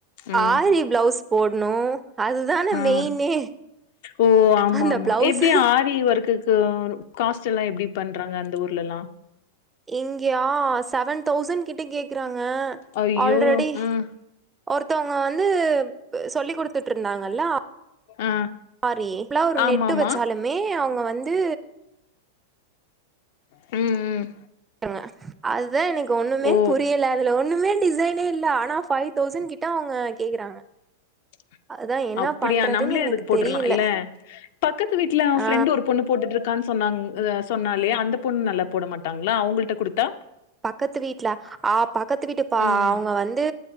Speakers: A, on the left; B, on the right.
A: ம்
B: ஆரி பிளவுஸ் போட்ணு அதுதான மெயினே
A: அ, ஓ ஆமா
B: அந்த
A: ஆமா
B: பிளவுஸ்
A: எப்டி ஆரி வொர்க்குக்கு காஸ்ட் எல்லா எப்டி பண்றாங்க அந்த ஊர்ல எல்லா
B: இங்கயா செவன் தௌசண்ட் கிட்ட கேக்குறாங்க
A: ஐயோ
B: ஆல்ரெடி
A: ம்
B: ஒருத்தவங்க வந்து சொல்லி குடுத்துட்டு இருந்தாங்கல்ல
A: ஆ
B: ஆரி இப்பல்லா ஒரு
A: ஆமாமா
B: நெட்டு வச்சாலுமே அவங்க வந்து
A: ம், ம்
B: தங்க அதுதா எனக்கு ஒண்ணுமே
A: ஓ
B: பு ரியல அதுல ஒண்ணுமே டிசைனே ஆனா ஃபைவ் தௌசண்ட் கிட்ட அவங்க கேக்குறாங்க
A: <inaudible>
B: அதா என்ன
A: அப்படியா
B: பண்றதுன்னு
A: நம்மளே
B: எனக்கு
A: அதுக்கு போட்டுருலா
B: தெரியல
A: இல்ல பக்கத்து வீட்ல எ
B: ஆ
A: ஃப்ரெண்டு ஒரு பொண்ணு போட்டுட்டு இருக்கான்னு சொன்னாங்க சொன்னாலே அந்த பொண்ணு நல்லா போட மாட்டாங்களா அவங்கள்ட குடுத்தா
B: பக்கத்து வீட்ல ஆ பக்கத்து வீட்டு பா
A: ம்
B: அவங்க வந்து